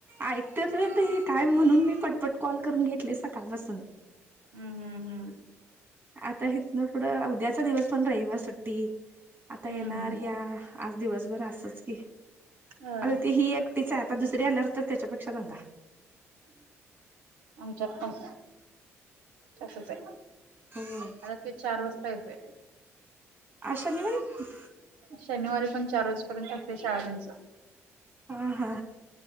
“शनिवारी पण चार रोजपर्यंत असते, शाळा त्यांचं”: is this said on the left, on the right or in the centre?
Right